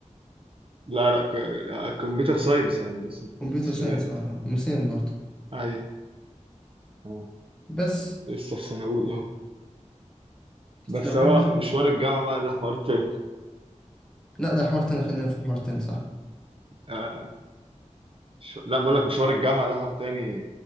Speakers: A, on the right (about 45°); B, in the centre.
A: لا لا ك- آه، كمبيوتر ساينس هندسة
B: كمبيوتر
A: حسابات
B: ساينس اه اه مسين برضه
A: أيوة أه
B: بس
A: لسه في سنة أولى أهو
B: سنة
A: بس
B: أولى
A: هو مشوار الجامعة بقى ده حوار تاني
B: لا ده حوار تاني خلينا في حوار تاني صح
A: آه. ش... لا بقول لك مشوار الجامعة ده حوار تاني